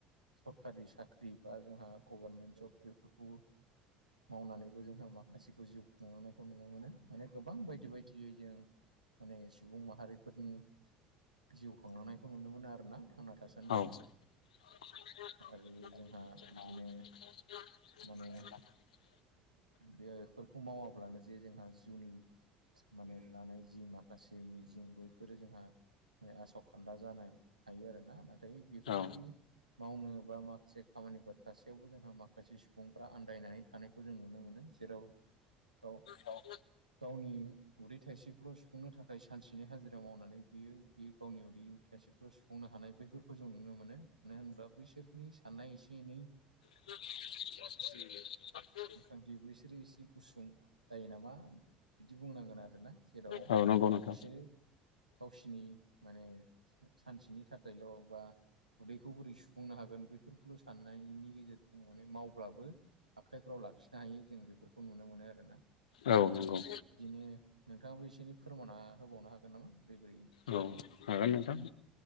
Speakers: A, on the right; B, on the left.
A: सरकारि साख्रि बा जोंहा गभारमेन्ट जब बेफोरखौ मावनानै जोंहा माखासेखौ जिउ खुंलांनायखौ नुनो मोनो माने गोबां बायदि बायदियै जों माने सुबुं माहा रिफोरनि जिउ खुंलांनायखौ नुनो मोनो आरोना थांना थासान्दियाव
B: औ <unintelligible>
A: आरो जोंहा बिदिनो माने बेफोरखौ मावाब्लानो जे जोंहा जिउनि माने लानाय जि मा खासे मिजिं बैफोरो जोंहा मा आसखान्दा जानो हायो आरोना नाथाय बेफोरबायदि
B: औ
A: मावनो बा माखासे खामानिफोर थासेयावबो जोंहा माखासे सुबुंफ्रा आन्दायनानै थानाय खौ जों नुनो मोनो जेराव गाव
B: औ
A: गावनि उदै थाइसेखौल सुफुंनो थाखाय सानसेनि हाजिरा मावनानै बियो बे गावनि उदै थाइसे खौ सुफुंनो हानाय बैफोरखौ जों नुनो मोनो मानो होनोब्ला बैसोरनि साननाय एसे एनै
B: <inaudible>
A: बि बेबो इसोरो एसे गुसुं जायो नामा बिदि बुंनांगोन आरोना जेराव
B: औ नंगौ नोंथां
A: बिसोरो गावसिनि माने सानसेनि थाखायल' बा उदैखौ बोरै सुफुंनो हागोन बेफोरखौल' साननायनि गेजेरजों माने मावब्लाबो आखाइफ्राव लाखिनो हायि जों बेफोरखौ नुनो मोनो आरोना
B: औ नंगौ
A: बिदिनो नोंथाङाबो एसे एनै फोरमायना होबावनो हागोन नामा बोरै बोरै जाबावो
B: औ हागोन नोंथां